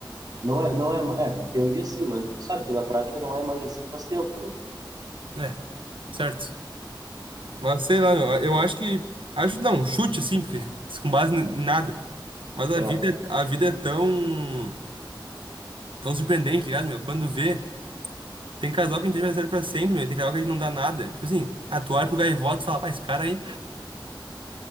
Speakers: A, on the right (about 50°); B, on the right (about 80°).
A: Não é, não é, é, na teoria sim, mas sabe que na prática não é mais assim faz tempo, né?
B: É, certo. Mas sei lá, meu, eu acho que. Acho, não, um chute assim, porque <laughs> com base em nada. Mas a
A: É.
B: vida, é- a vida é tão. Tão surpreendente, tá ligado, meu? Quando vê. Tem casal que a gente é adversário pra sempre, meu. Tem casal que a gente não dá nada. Tipo assim, ah, tu olha pro Gaivota e fala, pá, esse cara aí, pá,